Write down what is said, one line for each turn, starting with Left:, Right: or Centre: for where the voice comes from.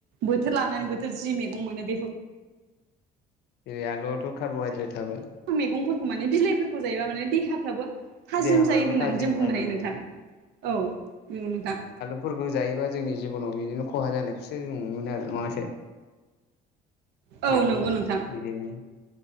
Right: बोथोर लानानै
Left: औ
Right: बोथोर जि मैगं मोनो बेफोरखौ
Left: जेरै आलुआथ' कारब'हाइद्रेट थाबाय।
Right: मैगंफोरखौ माने बिलाइफोरखौ जायोबा माने देहाफ्राबो थाजिम
Left: देहाफ्राबो
Right: जायो होननानै
Left: थाजिम
Right: जों बुंनो
Left: थाजिम
Right: हायो नोंथां
Left: जायो
Right: औ नंगौ नोंथां।
Left: फोरखौ जायोबा जोंनि जिबनाव बिदिनो खहा जानायखौसो जों नु मोनो आरो नङासो।
Right: औ
Left: आलु
Right: नंगौ नोंथां
Left: बिदिनि